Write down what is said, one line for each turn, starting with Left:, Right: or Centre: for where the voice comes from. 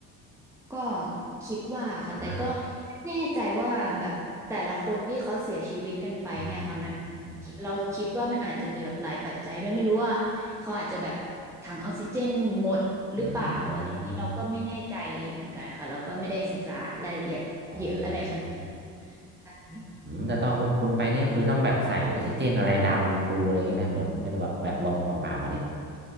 Centre: ก็คิดว่าค่ะแต่ก็ไม่แน่ใจว่าแบบแต่ละคนที่เขาเสียชีวิตกันไปเนี่ยค่ะมัน
Right: นะอืมอม
Centre: เราคิดว่ามันอาจจะมีแบบหลายปัจจัยด้วยไม่รู้ว่าเขาอาจจะแบบถังออกซิเจนหมดหรือเปล่าอะไรอย่างนี้เราก็ไม่แน่ใจเหมือนกันนะคะเราก็ไม่ได้ศึกษารายละเอียดเยอะอะไรขนาด
Right: อืมอ๋อ
Centre: นั้น
Right: อืมแต่ตอนคุณปุณไปนี่ก็คือต้องแบบใส่ออกซิเจนอะไรดำดูอะไรเงี้ยนะหรือเป็นแบบแบบลงเปล่าๆเลย